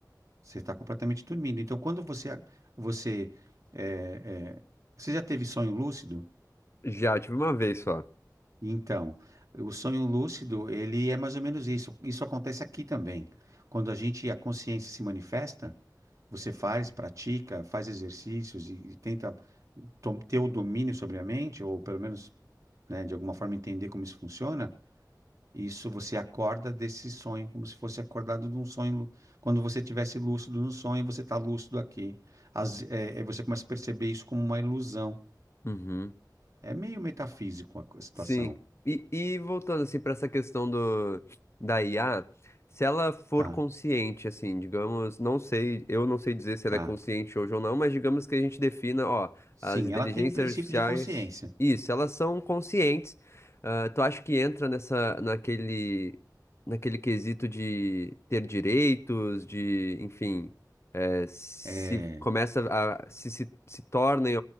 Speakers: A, on the right; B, on the left.
A: Você está completamente dormindo. Então, quando você você é, é, você já teve sonho lúcido?
B: Já tive uma vez só.
A: Então, o sonho lúcido, ele é mais ou menos isso. Isso acontece aqui também. Quando a gente, a consciência se manifesta, você faz, pratica, faz exercícios e, e tenta to- ter o domínio sobre a mente, ou pelo menos, né, de alguma forma entender como isso funciona Isso, você acorda desse sonho, como se fosse acordado de um sonho. Quando você tivesse lúcido no sonho, você está lúcido aqui. As- é, é, você começa a perceber isso como uma ilusão.
B: Uhum.
A: É meio metafísico a, a situação.
B: Sim. E, e voltando assim para essa questão do da IA, se ela for
A: Tá,
B: consciente, assim, digamos, não sei, eu não sei dizer se
A: tá.
B: ela é consciente hoje ou não, mas digamos que a gente defina, ó,
A: Sim,
B: as inteligências
A: ela tem um princípio
B: artificiais,
A: de consciência.
B: isso, elas são conscientes. ah, tu acha que entra nessa, naquele, naquele quesito de ter direitos, de, enfim, eh, se
A: É,
B: começa a, se, se, se tornem